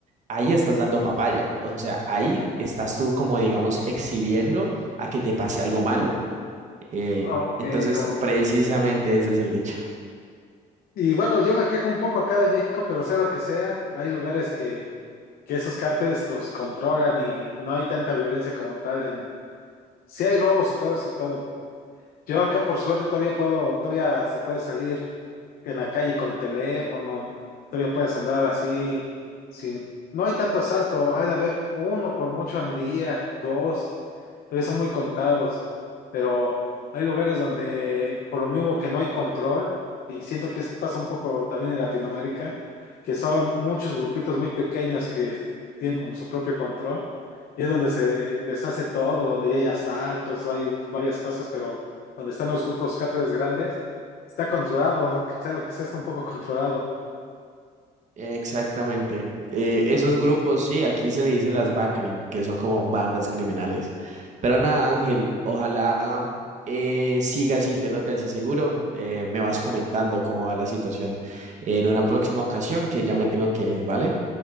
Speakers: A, on the right; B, on the left.
A: Ahí estás dando papaya. O sea, ahí estás tú como, digamos, exhibiendo a que te pase algo malo. Eh,
B: ok,
A: entonces,
B: como...
A: precisamente ese es el dicho.
B: Y bueno, yo me quejo un poco acá de México, pero sea lo que sea, hay lugares que... que esos cárteles los controlan y no hay tanta violencia como tal en sí hay robos y todo eso y todo. Yo acá por suerte todavía puedo, todavía se puede salir, en la calle con el teléfono, todavía puedes andar así, sin, no hay tanto asalto, hay de haber uno por mucho al día, dos, todavía son muy contados, pero hay lugares donde por lo mismo que no hay control, y siento que es- pasa un poco también en Latinoamérica, que son muchos grupitos muy pequeños que tienen como su propio control, y es donde se deshace todo, donde ya hay asaltos, hay varias cosas, pero donde están los grupos cárteles grandes Está controlado, sea lo que sea, está un poco controlado.
A: Exactamente. Eh, esos grupos, sí, aquí se le dicen las BACRIM, que son como bandas criminales. Pero nada, Ángel, ojalá eh, sigas sintiéndote así seguro. Eh, me vas comentando cómo va la situación en una próxima ocasión, que ya me tengo que ir, ¿vale?